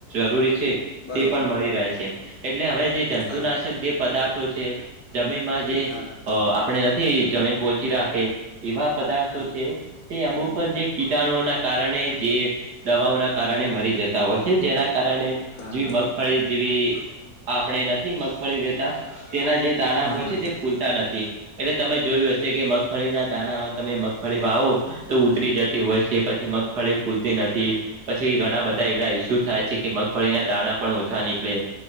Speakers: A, on the right; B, on the left.
A: જરૂરી છે તે
B: બરોબર
A: પણ મળી રહે છે એટલે હવે જે જંતુનાશક
B: હા હા
A: જે પદાર્થો છે જમીનમાં જે
B: હા
A: અ આપણે નથી જમીન પહોચી રાખે એવા પદાર્થો
B: હા
A: છે તે અમુક જે કીટણુના કારણે જે દવાઓના કારણે મરી જતા હોય છે જેના કારણે
B: હા
A: જેવી
B: હા હા
A: મગફળી જેવી આપણે નથી મગફળી લેતા તેના જે દાણા
B: હા
A: હોય
B: હા
A: છે
B: હા હા
A: તે ફૂલતા નથી એટલે તમે જોયું હશે કે મગફળી ના દાણા તમે મગફળી વાવો તો ઉતરી જતી હોય છે પછી મગફળી ફૂલતી નથી પછી ઘણા બધા
B: હા હા હા
A: એવા
B: હા હા હા
A: ઇસ્યુ થાય છે કે મગફળીના દાણા પણ ઓછા નીકળે